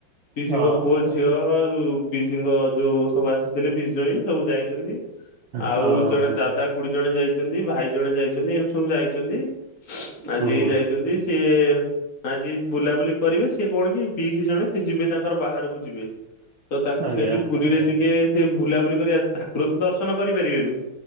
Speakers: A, on the left; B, on the right.
A: ପିସିଙ୍କ
B: ହଁ
A: ପୁଅ
B: ହଁ
A: ଝିଅ ଆଉ ପିସିଙ୍କ ଯୋଉ ସବୁ ଆସିଥିଲେ ପିସି ଜଇଁ ସବୁ ଯାଇଛନ୍ତି। ଆଉ
B: ହଁ
A: ଜଣେ
B: ହଁ।
A: ଦାଦା କୁଡି ଜଣେ ଯାଇଛନ୍ତି ଭାଇ ଜଣେ ଯାଇଛନ୍ତି ଏମିତି ସବୁ ଯାଇଛନ୍ତି ଆଜି
B: ହୁଁ
A: ହେଇ ଯାଇଛନ୍ତି। ସିଏ ଆଜି ବୁଲାବୁଲି କରିବେ ସି କଣ କି ପିଇସି ଜଣେ ସିଏ ଯିବେ ତାଙ୍କର ବାହାରକୁ ଯିବେ। ତ ତାଙ୍କୁ
B: ଆଜ୍ଞା
A: ସେଇଠି ପୁରୀରେ ଟିକେ ସେ ବୁଲାବୁଲି କରି ଠାକୁର ତ ଦର୍ଶନ କରିପାରିବେନି।